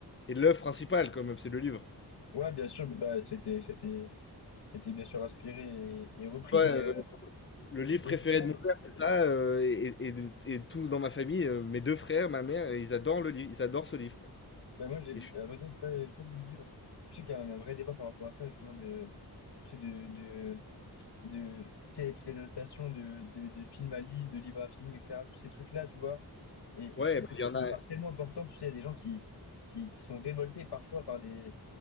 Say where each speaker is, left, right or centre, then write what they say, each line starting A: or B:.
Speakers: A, on the left; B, on the left.
A: et de l'œuvre principale, quand même, c'est le livre.
B: ouais, bien sûr, bah, c'était, c'était, c'était bien sûr inspiré et, et repris,
A: Ouais,
B: mais,
A: euh,
B: euh,
A: le livre préféré
B: mais justement,
A: de mon père, c'est ça, euh, et, et, de- et tout dans ma famille, euh, mes deux frères, ma mère, ils adorent le livre, ils adorent ce livre, quoi.
B: Bah moi, j'ai,
A: Et je-
B: j'ai- à vrai dire, j'ai pas, j'ai pas lu le livre. Je sais qu'il y a, un il y a un vrai débat par rapport à ça, justement, de, tu sais, de, de, de, tu sais, toutes les adaptations de, de, de film à livre, de livre à film, etc., tous ces trucs-là, tu vois. Et,
A: Ouais,
B: et je trouve
A: bah,
B: que c'est
A: il y en a.
B: une part tellement importante, tu sais, il y a des gens qui, qui, qui sont révoltés parfois par des